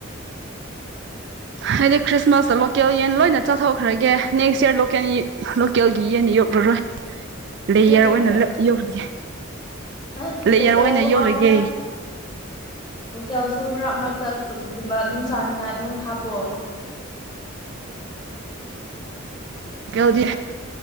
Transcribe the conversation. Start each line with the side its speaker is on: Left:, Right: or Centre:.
Right: ꯍꯥꯏꯗꯤ ꯈ꯭ꯔꯤꯁꯃꯥꯁꯇ ꯂꯣꯀꯦꯜ ꯌꯦꯟ ꯂꯣꯏꯅ ꯆꯥꯊꯣꯛꯈ꯭ꯔꯒꯦ ꯅꯦꯛꯁ ꯌꯔ ꯂꯣꯀꯦꯜ ꯂꯣꯀꯦꯜꯒꯤ ꯌꯦꯟ ꯌꯣꯛꯂꯔꯣꯏ ꯂꯦꯌꯔ
Left: ꯅꯣꯏ ꯀꯩꯒꯤ
Right: ꯑꯣꯏꯅ ꯌꯧꯔꯒꯦ
Left: ꯑꯁ
Right: ꯂꯦꯌꯔ
Left: ꯂꯣꯀꯦꯜꯁꯨ
Right: ꯑꯣꯏꯅ ꯌꯧꯔꯒꯦ
Left: ꯍꯥꯞꯄꯣꯍꯦ ꯂꯣꯀꯦꯜꯁꯨ ꯃꯔꯛ ꯃꯔꯛꯇ ꯆꯞꯀꯨꯝꯕ ꯑꯗꯨꯝ ꯆꯥꯅꯤꯡꯉꯥꯏ ꯑꯗꯨꯝ ꯍꯥꯞꯄꯑꯣ
Right: ꯀꯦꯜꯗꯤ